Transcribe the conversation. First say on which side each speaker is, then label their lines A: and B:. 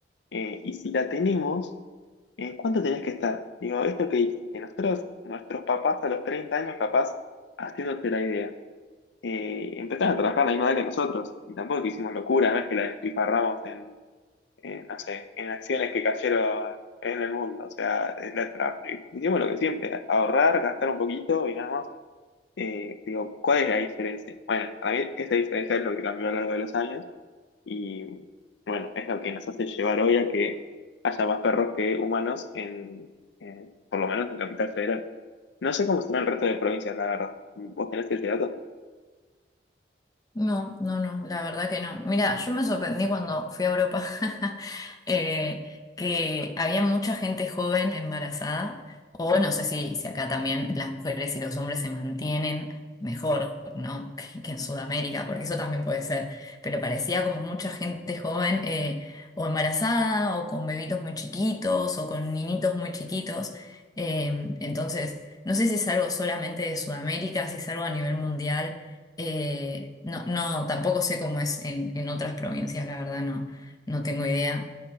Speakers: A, on the left; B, on the left.
A: Eh, y si la tenemos, eh, ¿cuánto tenés que estar? Digo, esto que dijiste, nosotros, nuestros papás a los 30 años capaz haciéndose la idea eh, empezaron a trabajar a la misma edad que nosotros. Y tampoco es que hicimos locura, no es que la despifarramos en, en, no sé, en acciones que cayeron en el mundo. O sea, eh, la tra- hicimos lo que siempre, ahorrar, gastar un poquito y nada más. Eh, digo, ¿cuál es la diferencia? Bueno, para mí esa diferencia es lo que cambió a lo largo de los años y bueno, es lo que nos hace llevar hoy a que haya más perros que humanos en, en- por lo menos en Capital Federal. No sé cómo será el resto de provincias, la verdad. ¿Vos tenés ese dato?
B: No, no, no, la verdad que no. Mira, yo me sorprendí cuando fui a Europa <laughs> eh, que había mucha gente joven embarazada, o no sé si, si acá también las mujeres y los hombres se mantienen mejor, ¿no? <laughs> Que, que en Sudamérica, porque eso también puede ser, pero parecía como mucha gente joven eh, o embarazada, o con bebitos muy chiquitos, o con niñitos muy chiquitos. Eh, entonces, no sé si es algo solamente de Sudamérica, si es algo a nivel mundial eh, no, no, tampoco sé cómo es en, en otras provincias, la verdad, no, no tengo idea.